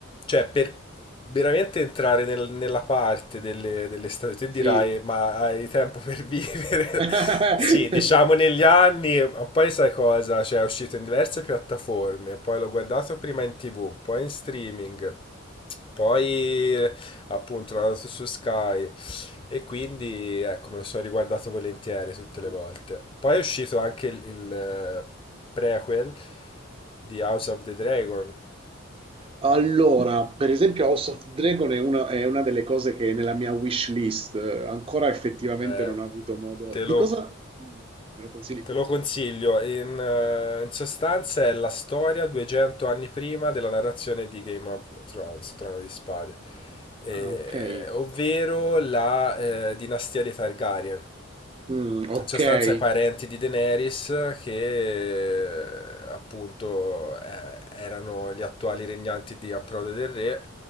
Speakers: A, on the left; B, on the right.
A: cioè, per veramente entrare nel- nella parte delle, delle stagioni, tu
B: sì.
A: dirai, ma hai tempo per <laughs> vivere?
B: <laughs>
A: Sì, diciamo negli anni, ma poi sai cosa? Cioè, è uscito in diverse piattaforme, poi l'ho guardato prima in TV, poi in streaming, poi appunto l'ho andato su Sky. E quindi ecco, me lo sono riguardato volentieri tutte
B: Mh.
A: le volte. Poi è uscito anche il, il, eh, prequel di House of the Dragon.
B: Allora, per esempio House of Dragon è una è una delle cose che è nella mia wish list eh, ancora effettivamente
A: Eh,
B: non ho avuto modo
A: te
B: di
A: lo
B: cosa mh, me lo consigli?
A: Te lo consiglio, in, eh, in sostanza è la storia 200 anni prima della narrazione di Game of Thrones, Trono di Spade, Eh,
B: Ah okay.
A: ovvero la eh, dinastia dei Targaryen.
B: Mh,
A: In
B: okay.
A: sostanza i parenti di Daenerys che eh, appunto eh, erano gli attuali regnanti di Approdo del Re